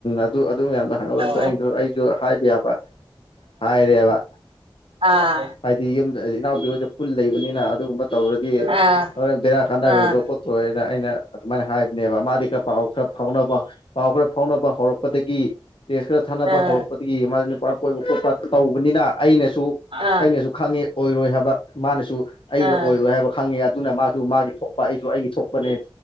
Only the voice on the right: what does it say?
ꯎꯝ
ꯑꯥ
ꯑꯥ
ꯑꯥ
ꯑꯥ
ꯑꯥ
ꯑꯥ
ꯑꯥ